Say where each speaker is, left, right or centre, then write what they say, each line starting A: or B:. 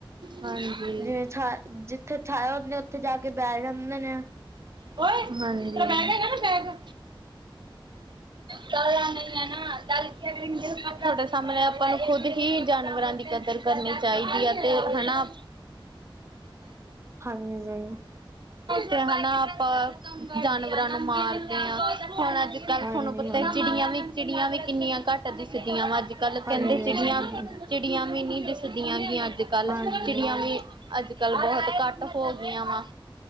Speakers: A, on the right (about 60°); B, on the right (about 30°).
A: ਹਾਂਜੀ, ਹਾਂਜੀ।
B: ਜਿਵੇਂ ਛਾ ਜਿੱਥੇ ਛਾਇਆ <unintelligible> ਆਪਣੇ ਉੱਥੇ ਜਾ ਕੇ ਬੈਠ ਜਾਂਦੇ ਨੇ।
A: ਬੈਗ ਹੈਗਾ ਨਾ ਬੈਗ। ਦਾਲਆ ਨਹੀ ਹੈ ਵੀ ਦਾਲ ਤੁਹਾਡੇ ਸਾਮਣੇ ਆਪਾਂ ਖੁਦ ਜਾਨਵਰਾਂ ਦੀ ਕਦਰ ਕਰਨੀ ਚਾਹੀਦੀ ਹੈ। ਅਤੇ ਹੈਨਾ
B: ਹਾਂਜੀ
A: ਤੇ ਹਨਾ ਆਪਾਂ ਜਾਨਵਰ ਰਾਂ ਨੂੰ ਮਾਰਦੇ ਹਾਂ। ਹੁਣ ਅੱਜ ਕੱਲ੍ਹ
B: ਹਾਂਜੀ
A: ਤੁਹਾਨੂੰ ਪਤਾ
B: ਹਾਂਜੀ।
A: ਚਿੜੀਆਂ ਵੀ ਚਿੜੀਆਂ ਵੀ ਕਿੰਨੀਆਂ ਘੱਟ ਦਿਸਦੀਆਂ ਵਾ ਅੱਜ ਕੱਲ੍ਹ
B: ਹਾਂਜੀ
A: ਕਹਿੰਦੇ ਚਿੜੀਆਂ- ਚਿੜੀਆਂ ਨਹੀਂ ਦਿਸਦੀਆਂ ਗੀ ਅੱਜ ਕੱਲ
B: ਹਾਂਜੀ
A: ਜਿਹੜੀਆਂ ਵੀ ਅੱਜ ਕਲ ਬਹੁਤ ਘੱਟ ਹੋ ਗਈਆਂ ਵਾ।